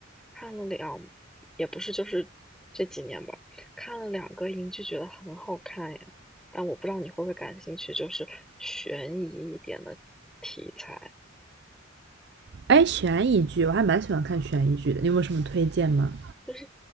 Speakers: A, in the centre; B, on the right (about 60°).
A: 看了两，也不是就是这几年吧，看了两个英剧，觉得很好看耶。但我不知道你会不会感兴趣，就是悬疑一点的题材，
B: 哎，悬疑剧我还蛮喜欢看悬疑剧的，你有没有什么推荐吗？
A: 就是